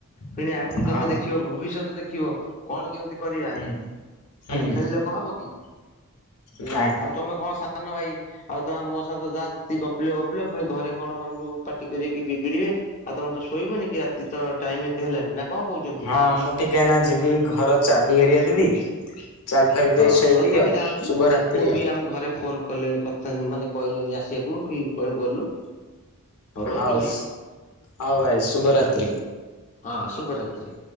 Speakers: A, on the left (about 35°); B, on the left (about 90°).
A: ପୁଣି ଆଗକୁ
B: ହଁ
A: ତମେ ଦେଖିବ ଭବିଷ୍ୟତ ଦେଖିବ କଣ କେମିତି କରିବା।
B: ହୁଁ ହୁଁ
A: ଖାଲି ଖେଳିଲେ କଣ ହବ କି।
B: ନାଇଁ।
A: ଆଉ ତମେ କଣ ସାନ ଭାଇ ଆଉ ତ ମୋ ସାଙ୍ଗ ଯାହା ଯେତିି ଗପିଲ ଗପିଲ ପୁଣି ଘରେ କଣ ତମକୁ ପାଟି କରି ବିଗିଡିବେ। ଆଉ ତମେ ତ ଶୋଇବନି କି ରାତି ତ ଟାଇମ ଏତେ ହେଲାଣି ନା କଣ କହୁଛନ୍ତି
B: ହଁ, ମୁଁ ଟିକେ ଏନା ଯିବି ଘର ଚାବି ହେରିଆ ଦେବି। ଚାବି ଫାବି
A: ହଉ
B: ଦେଇ ଶୋଇବି
A: ହଉ ତମେ
B: ଆଉ
A: ଯାଆନ୍ତୁ।
B: ଶୁଭରାତ୍ରି
A: ମୁଁ,
B: ଆଉ
A: ବି ଆମ ଘରେ ଫୋନ କଲିଣି କଥା ମାନେ କହିଲେନି ଆସିବାକୁ କି କହିଲୁ ଗଲୁ। ରହୁଛୁ
B: ହଉ
A: ଭାଇ
B: ସୁଟ ହଉ ଭାଇ ଶୁଭ ରାତ୍ରି।
A: ହଁ, ଶୁଭ ରାତ୍ରି।